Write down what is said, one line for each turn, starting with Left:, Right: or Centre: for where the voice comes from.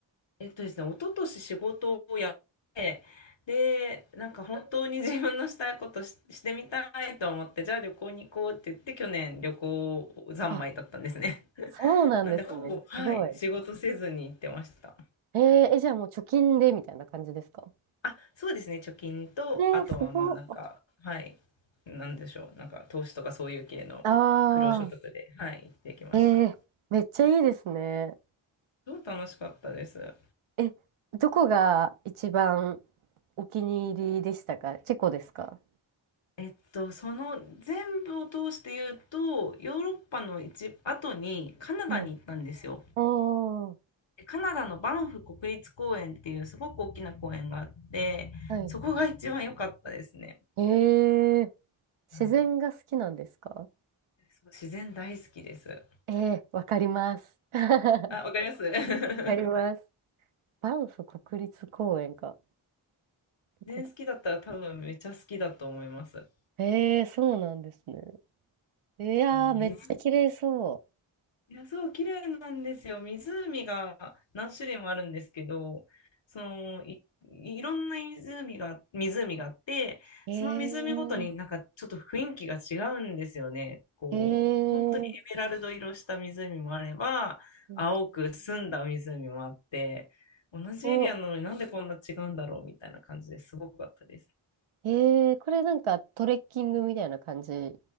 Left: えっとですね、一昨年仕事をやって、で、なんか本当に自分のしたいことし、してみたいと思って、じゃあ旅行に行こうって言って、去年旅行三昧だったんですね。
Right: あ、
Left: <laughs>
Right: そうなんですね。
Left: なんで、ほぼ、はい、
Right: すごい。
Left: 仕事せずに行ってました。
Right: えー、え、じゃあもう貯金でみたいな感じですか
Left: あ、そうですね。貯金と、
Right: えー、
Left: あとはまあなんか、
Right: すごい。
Left: はい、なんでしょう。なんか投資とかそういう系の不労所得で、
Right: あ
Left: はい、行ってきました。
Right: あ、えー、めっちゃいいですね。
Left: 超楽しかったです。
Right: え、どこが一番お気に入りでしたかチェコですか
Left: えっと、その全部を通して言うと、ヨーロッパの一後にカナダに行ったんですよ。
Right: はいああ、
Left: でカナダのバンフ国立公園っていうすごく大きな公園があって、
Right: はい。
Left: そこが一番良かったですね。
Right: ええ、自然が好きなんですか
Left: はい、そう自然大好きです。
Right: ええ、わかります。<laughs> わ
Left: あ、わかります
Right: かります。
Left: <laughs>
Right: バンフ国立公園か。どこだ
Left: 全好きだったら多分めっちゃ好きだと思います。
Right: ええ、そうなんですね。いやー、
Left: あの水、
Right: めっちゃ綺麗そ
Left: いや、そう、綺麗なんですよ。湖が何種類もあるんですけど、そのい、いろんな湖が、湖があって、
Right: う。
Left: その湖ごとになんかちょっと雰囲気が違うんですよね。
Right: ええ、
Left: こう、
Right: ええ、
Left: 本当にエメラルド色した湖もあれば、
Right: うん
Left: 青く澄んだ湖もあって、同じエリアなのになんでこんな違うんだろうみたいな感じですごかったです。
Right: お、ええ、これなんかトレッキングみたいな感じ